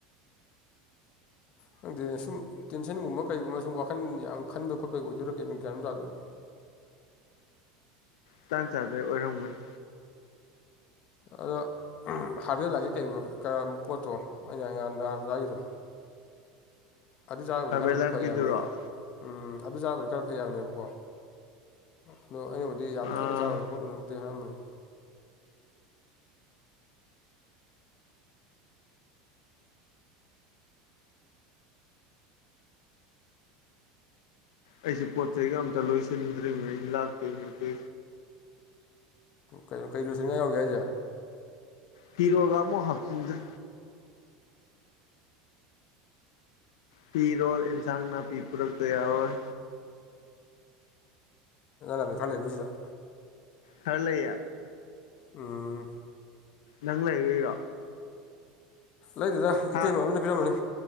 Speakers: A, on the left; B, on the left.
A: ꯈꯪꯗꯦꯅ ꯁꯨꯝ ꯇꯦꯟꯁꯟꯒꯨꯝꯕ ꯀꯩꯒꯨꯝꯕ ꯁꯨꯝ ꯋꯥꯈꯜ ꯌꯥꯝ ꯈꯟꯕ ꯈꯣꯠꯄꯒꯤ ꯑꯣꯏꯗꯔꯥ ꯀꯩꯅ ꯅꯨꯡꯔꯝꯗꯥꯥꯗꯕ
B: ꯍ ꯇꯥꯟ ꯆꯥꯗ꯭ꯔꯦ ꯑꯣꯏꯔꯝꯒꯅꯤ
A: ꯑꯗꯣ ꯍꯥꯔꯖꯦꯜꯂꯥꯛꯀꯦ ꯀ ꯄꯣꯠꯇꯣ ꯑꯩꯅꯥꯟ ꯅꯍꯥꯟꯒꯤꯗꯣ ꯑꯗꯨ ꯆꯥꯕꯨꯗꯤ
B: ꯍꯥꯔꯕꯩ
A: ꯈꯔꯕꯨꯗꯤ
B: ꯂꯥꯏꯐꯀꯤꯗꯨꯔꯣ
A: ꯐꯩ ꯍꯥꯏꯕꯅꯦ ꯎꯝ ꯑꯗꯨ ꯆꯥꯕꯗꯤ ꯈꯔ ꯐꯩ ꯌꯥꯕꯅꯦꯕꯀꯣ ꯑꯗꯣ ꯑꯩꯅ ꯑꯗꯨꯗꯤ ꯌꯥꯝ
B: ꯑꯥ
A: ꯇꯣꯏꯅ ꯆꯥꯝꯅꯤ ꯈꯣꯠꯂꯨꯅꯕꯨꯗꯤ ꯍꯥꯏꯔꯝꯃꯅꯤ
B: ꯑꯩꯁꯦ ꯄꯣꯠ ꯆꯩꯒ ꯑꯝꯇ ꯂꯣꯏꯁꯤꯟꯗ꯭ꯔꯤꯕꯅꯦ ꯑꯩꯅ ꯂꯥꯛꯇꯣꯏ ꯅ ꯀ
A: ꯀꯩꯅꯣ ꯀꯔꯤ ꯂꯣꯏꯁꯤꯅꯤꯡꯉꯥꯏ ꯌꯥꯎꯒꯦ ꯍꯥꯏꯁꯦ
B: ꯇꯤꯔꯣꯒ ꯃꯣ ꯍꯥꯞꯆꯤꯟꯗ꯭ꯔ ꯄꯤꯔꯣ ꯏꯟꯁꯥꯡ ꯅꯥꯄꯤ ꯄꯨꯔꯛꯇ ꯌꯥꯔꯣꯏ
A: ꯥꯟꯃꯦ ꯈꯜ ꯂꯩꯦ ꯅ ꯃꯤ ꯁꯤꯦꯗꯥꯎ
B: ꯈꯔ ꯂꯩ
A: ꯎꯝ
B: ꯅꯪ ꯂꯩꯔꯔꯣ
A: ꯂꯩꯗꯨꯗ
B: ꯍꯥ
A: ꯏꯇꯩꯃꯥ ꯑꯃꯅ ꯄꯤꯔꯝꯃꯅꯤ